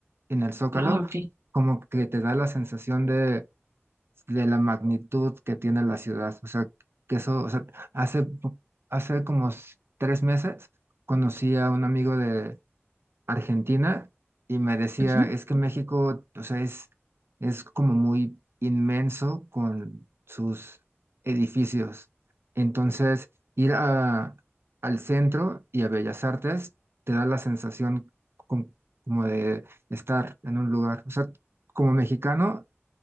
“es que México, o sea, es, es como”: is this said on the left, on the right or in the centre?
Right